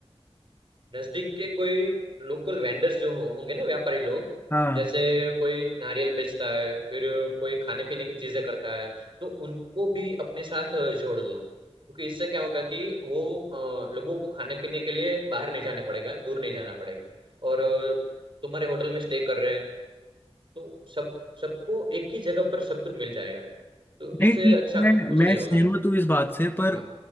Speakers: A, on the right (about 50°); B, on the left (about 20°).
A: नजदीक के कोई लोकल वेंडर्स जो हो, होंगे ना व्यापारी लोग
B: हाँ
A: जैसे कोई नारियल बेचता है फिर कोई खाने पीने की चीजें करता है तो उनको भी अपने साथ अ, जोड़ लो क्योंकि इससे क्या होगा कि वो अ, लोगों को खाने पीने के लिए बाहर नहीं जाने पड़ेगा दूर नहीं जाना पड़ेगा और अ, तुम्हारे होटल में स्टे कर रहे हैं तो सब सबको एक ही जगह पर सब कुछ मिल जाएगा तो
B: नहीं
A: इससे
B: ठीक
A: अच्छा
B: है मैं
A: कुछ
B: मैं
A: नहीं होगा
B: सहमत हूँ इस बात से पर
A: हाँ